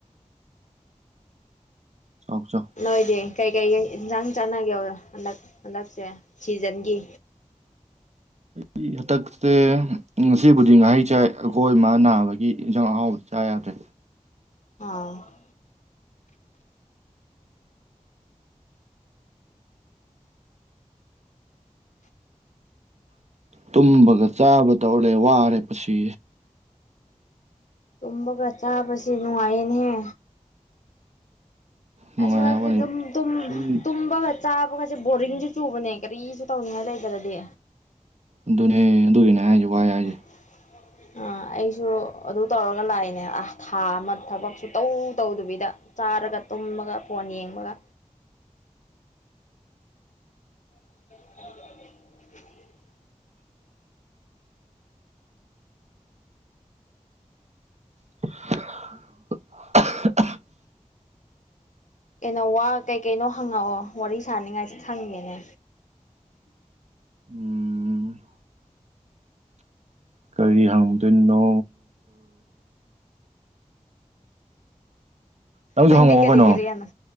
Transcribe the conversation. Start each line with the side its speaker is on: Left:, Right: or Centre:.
Right: ꯆꯥꯎ ꯆꯥꯎ꯫
Left: ꯅꯣꯏꯗꯤ ꯀꯩꯀꯩ ꯏꯟꯁꯥꯡ ꯆꯥꯟꯅꯒꯦ ꯍꯟꯗꯛ ꯍꯟꯗꯛꯁꯦ ꯁꯤꯖꯟꯒꯤ꯫
Right: ꯑꯩ ꯍꯇꯛꯁꯦ ꯉꯁꯤꯕꯨꯗꯤ ꯉꯍꯩ ꯆꯥꯏ ꯑꯩꯈꯣꯏ ꯏꯃ ꯅꯥꯕꯒꯤ ꯒꯤ ꯏꯟꯖꯥꯡ ꯑꯍꯥꯎꯕ ꯆꯥ ꯌꯥꯗ꯭ꯔꯦ
Left: ꯑ
Right: ꯇꯨꯝꯕꯒ ꯆꯥꯕ ꯇꯧꯔꯦ ꯋꯥꯔꯦ ꯄꯨꯁꯤ
Left: ꯇꯨꯝꯃꯒ ꯆꯥꯕꯁꯤꯦ ꯅꯨꯡꯉꯥꯏꯌꯦꯅꯍꯦ
Right: ꯅꯨꯡꯉꯥꯏ
Left: ꯑꯁꯨꯃꯗꯤ
Right: ꯍꯥꯏꯕꯋꯥꯅꯤ
Left: ꯑꯗꯨꯝ ꯇꯝ
Right: ꯁꯨꯝ
Left: ꯇꯝꯕꯠ ꯆꯥꯕꯒꯩꯁꯦ ꯕꯣꯔꯤꯡꯁꯨ ꯆꯨꯕꯅꯦ ꯀꯔꯤꯁꯨ ꯇꯧꯅꯤꯡꯉꯥꯏ ꯂꯩꯗ꯭ꯔꯗꯤ
Right: ꯑꯗꯨꯅꯦ ꯑꯗꯨꯒꯤꯅꯦ ꯍꯥꯏꯁꯦ ꯋꯥꯏ ꯍꯥꯏꯁꯦ
Left: ꯎꯝ ꯑꯥ ꯑꯩꯁꯨ ꯑꯗꯨ ꯇꯧꯔꯒ ꯂꯥꯛꯏꯅꯦ ꯑ ꯊꯥ ꯑꯃ ꯊꯕꯛꯁꯨ ꯇꯧ ꯇꯧꯗꯕꯤꯗ ꯆꯥꯔꯒ ꯇꯨꯝꯃꯒ ꯐꯣꯟ ꯌꯦꯡꯕꯒ <inaudible>
Right: <inaudible>
Left: ꯀꯩꯅꯣ ꯋꯥ ꯀꯩ ꯀꯩꯅꯣ ꯍꯪꯉꯛꯑꯣ ꯋꯥꯔꯤ ꯁꯥꯅꯤꯡꯉꯥꯏꯁꯦ ꯈꯪꯉꯦꯅꯦ
Right: ꯎꯝ ꯀꯔꯤ ꯍꯪꯗꯣꯏꯅꯣ ꯅꯪꯁꯨ
Left: ꯅꯪꯗꯤ
Right: ꯍꯪꯉꯛꯑꯣ
Left: ꯀꯔꯤ
Right: ꯀꯩꯅꯣ
Left: ꯀꯔꯤ ꯍꯥꯏꯅ